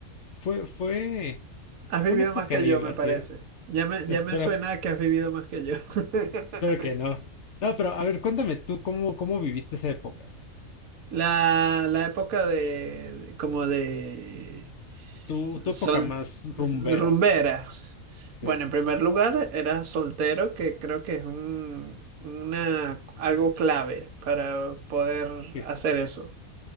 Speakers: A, on the left; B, on the right.
A: fue, fue,
B: Has vivido
A: fue una época
B: más que
A: divertida.
B: yo, me parece. Ya me,
A: Espero,
B: ya me suena
A: que-
B: a que has vivido más que yo. <laughs>
A: espero que no. No, pero a ver, cuéntame tú cómo, cómo viviste esa época,
B: La, la época de, de- como de
A: tu, tu
B: sol,
A: época más rumbera,
B: s- rumbera. Bueno,
A: sí,
B: en primer lugar, era soltero, que creo que es un, una, algo clave para poder
A: que
B: hacer eso.